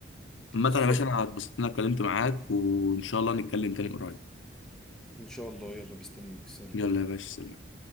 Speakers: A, on the left (about 85°); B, in the centre.
A: عامة
B: بالظبط
A: يا باشا انا اتبسطت ان انا اتكلمت معاك وان شاء الله نتكلم تاني قريب
B: ان شاء الله يلا مستنيك سلام
A: يلا يا باشا سلام